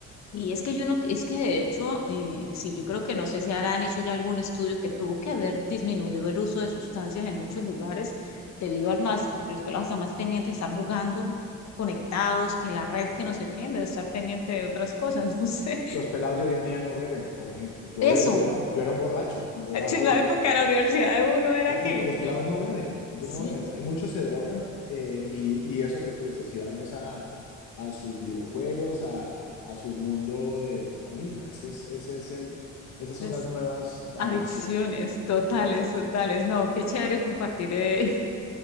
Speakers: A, on the left (about 60°); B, on the left (about 75°).
A: Y es que yo no, es que de hecho, eh, sí, yo creo que no sé si habrán hecho ya algún estudio que tuvo que haber disminuido el uso de sustancias en muchos lugares debido al más, porque los pelados están más pendientes de estar jugando, conectados, que la red, que no sé qué, en vez de estar pendiente de otras cosas, <laughs> no sé.
B: Los pelados de hoy en día no beben, por ejemplo. Yo,
A: Eso,
B: be- yo era, yo era un borracho cuando era
A: Sí,
B: joven,
A: en la época
B: pero
A: de la
B: ya-
A: universidad de uno era
B: Ya,
A: que
B: lo- los pelados no beben, ellos
A: sí,
B: no beben. Hay muchos se drogan eh, y, y eso que tú dices, y van es a, a sus videojuegos, a, a su mundo de dopamina. Ese es, ese es el, esas
A: las
B: son las nuevas
A: adicciones
B: adicciones.
A: totales, totales. No, qué chévere compartir eh, <laughs>